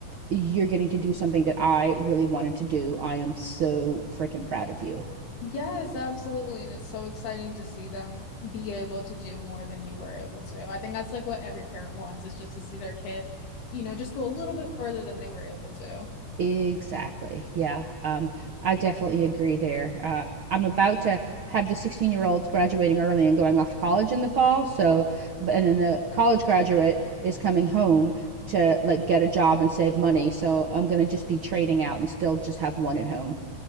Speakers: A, on the right; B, on the left.
A: you're getting to do something that I really wanted to do. I am so freaking proud of you.
B: Yes, absolutely. And it's so exciting to see them be able to do more than you were able to. I think that's like what every parent wants is just to see their kid, you know, just go a little bit further than they were able to.
A: Exactly. Yeah. Um, I definitely agree there. Uh, I'm about to have the 16 year olds graduating early and going off to college in the fall. So, but- and then the college graduate is coming home to like get a job and save money. So I'm gonna just be trading out and still just have one at home.